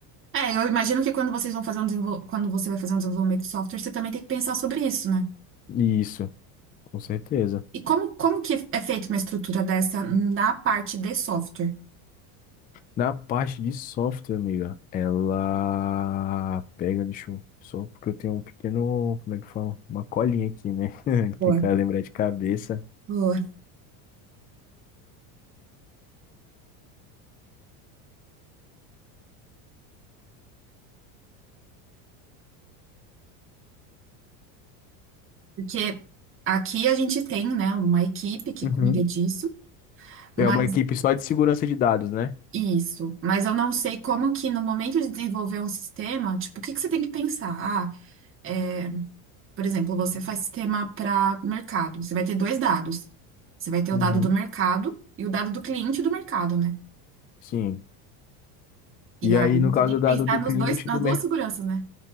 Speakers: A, on the right; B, on the left.
A: É, eu imagino que quando vocês vão fazer um desenvol... quando você vai fazer um desenvolvimento de software, você também tem que pensar sobre isso, né?
B: Isso, com certeza.
A: E como, como que é feita uma estrutura dessa na parte de software?
B: Na parte de software, amiga, ela pega, deixa eu, só porque eu tenho um pequeno, como é que fala? Uma colinha aqui, né? <laughs>
A: Boa.
B: Que cara lembrar de cabeça.
A: Boa. Porque aqui a gente tem, né, uma equipe que
B: Uhum.
A: cuida disso, mas
B: É uma equipe só de segurança de dados, né?
A: isso. Mas eu não sei como que no momento de desenvolver um sistema, tipo, o que que você tem que pensar? Ah, é, por exemplo, você faz sistema para mercado. Você vai ter dois dados. Você vai ter
B: Uhum.
A: o dado do mercado e o dado do cliente do mercado, né?
B: Sim,
A: E
B: E
A: aí
B: aí, no caso
A: você tem que
B: dado
A: pensar
B: do
A: nos
B: cliente
A: dois, nas
B: do
A: duas
B: mercado.
A: seguranças, né?